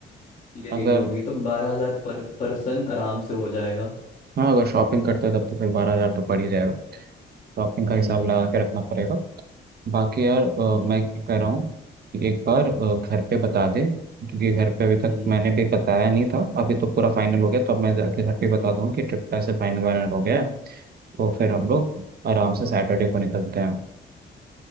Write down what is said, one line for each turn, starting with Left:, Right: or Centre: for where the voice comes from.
Left: चीजें लेनी
Right: अगर
Left: होगी तो बारह हजार पर पर्सन आराम से हो जाएगा
Right: हाँ अगर शॉपिंग करते हैं तब तो फिर बारह हज़ार तो पड़ ही जाएगा शॉपिंग
Left: हम्म
Right: का हिसाब लगा के रखना पड़ेगा बाकी यार अ,
Left: हम्म
Right: मैं क्या कह रहा हूँ कि एक बार अ, घर पे
Left: हम्म
Right: बता दे क्योंकि घर पे अभी तक
Left: हम्म,
Right: मैंने भी बताया नहीं था अभी तो पूरा फाइनल हो गया तो
Left: हम्म,
Right: अब मैं जाके घर पे बता दूँ कि ट्रिप का ऐसे फाइनल वाइनल हो गया है तो
Left: हाँ,
Right: फिर हम
Left: हाँ।
Right: लोग आराम से सैटरडे को निकलते हैं